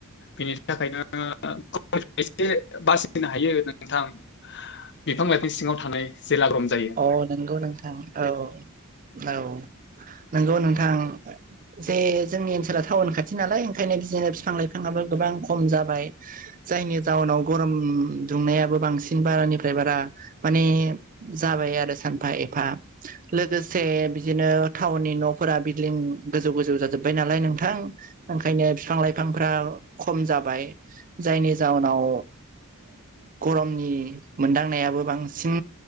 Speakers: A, on the left; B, on the right.
A: बेनि थाखायनोङो एसे बासिनो हायो नोंथां। बिफां लाइफां सिङाव थानाय जेला ग्रम जायो।
B: औ नंगौ नोंथां औ औ नंगौ नोंथां। जे जोंनि ओनसोला टाउन खाथि नालाय ओंखायनो बिदिनो बिफां लाइफाङाबो गोबां खम जाबाय। जायनि जाउनाव गरम दुंनायाबो बांसिन बारानिफ्राय बारा माने जाबाय आरो सानफा एफा। लोगोसे बिदिनो टाउननि न'फोरा बिल्दिं गोजौ गोजौ जाजोब्बाय नालाय नोंथां। ओंखायनो बिफां लाइफांफ्रा खम जाबाय। जायनि जाउनाव गरमनि मोनदांनायाबो बांसिन